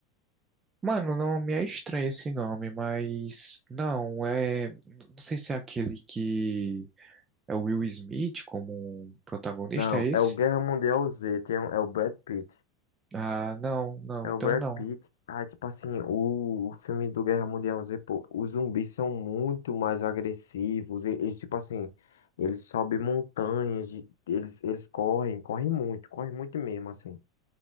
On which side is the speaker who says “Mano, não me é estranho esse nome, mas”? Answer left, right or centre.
Right